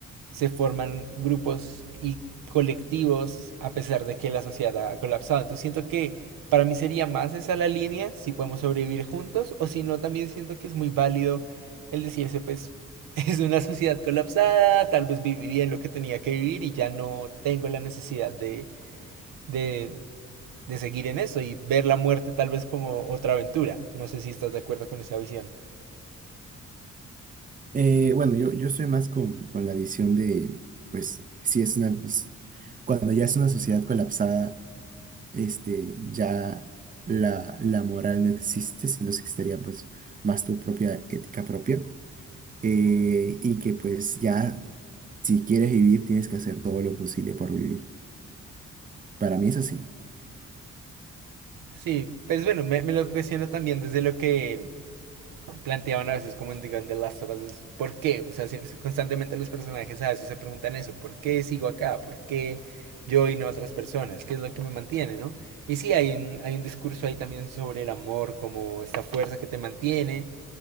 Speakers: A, on the right (about 80°); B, on the right (about 25°).
A: se forman grupos y colectivos a pesar de que la sociedad ha colapsado. Entonces siento que para mí sería más esa la línea, si podemos sobrevivir juntos o si no, también siento que es muy válido el decirse, pues <laughs> es una sociedad colapsada, tal vez viví bien lo que tenía que vivir y ya no tengo la necesidad de, de de seguir en eso y ver la muerte tal vez como otra aventura. No sé si estás de acuerdo con esa visión.
B: Eh, bueno, yo, yo soy más con, con la visión de, pues, si es una, vis- cuando ya es una sociedad colapsada, este, ya la, la moral no existe, sino que estaría pues más tu propia ética propia. eh, y que pues ya, si quieres vivir, tienes que hacer todo lo posible por vivir. Para mí es así.
A: Sí, pues bueno, me, me lo cuestiono también desde lo que planteaban a veces como en digo, en The Last of Us, ¿por qué? O sea, si- si constantemente los personajes a veces se preguntan eso, ¿por qué sigo acá? ¿Por qué yo y no otras personas? ¿Qué es lo que me mantiene, no? Y sí, hay un, hay un discurso ahí también sobre el amor como esta fuerza que te mantiene,